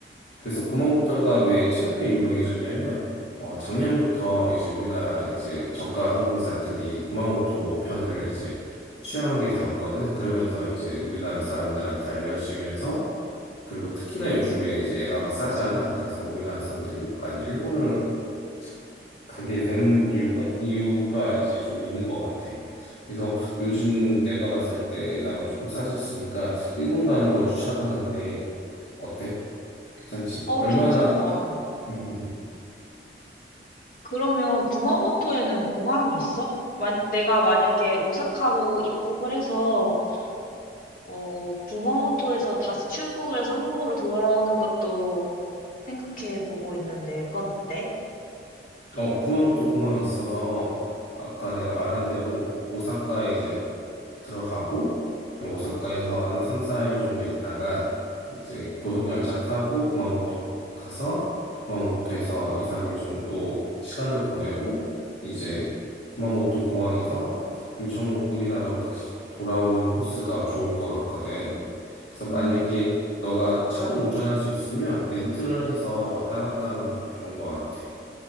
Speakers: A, on the left; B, on the left.
A: 그래서 구마모토가 왜 최근에 유명해졌냐면, 어, 작년부터 이제 우리나라 이제 저가 항공사들이 구마모토 편을 이제 취항하게 되었거든. 그러면서 이제 우리나라 사람들한테 알려지면서, 그리고 특히나 요즘에 이제 엔화가 싸잖아. 그래서 우리나라 사람들이 많이 일본을 이제 가게 된 이유가, 이유가 이제 좀 있는 것 같아. 그래서 요즘 내가 봤을 때 엔화가 조금 싸졌으니까 일본 가는 걸 추천하는데, 어때? 괜찮지.
B: 어,
A: 얼마나,
B: 괜찮다.
A: 음, 음, 음.
B: 그러면 구마모토에는 공항이 있어? 만, 내가 만약에 오사카로 입국을 해서, 어, 구마모토에서 다시 출국을 해서 한국으로 돌아오는 것도 생각해 보고 있는데 그건 어때?
A: 어, 쿠마모토 공항이 있어서, 아까 내가 말한 대로, 오사카에 이제 들어가고 오사카에서 한 3, 4일 정도 있다가 이제 고속열차 타고 구마모토 가서 구마모토에서 2, 3일 정도 시간을 보내고 이제 구마모토 공항에서 인천 우리나라로 다시 돌아오는 코스가 좋을 것 같거든. 그래서 만약에
B: 음,
A: 너가 차를 운전할 수 있으면 렌트를 해서 왔다 갔다 하는 것도 좋은 것 같아.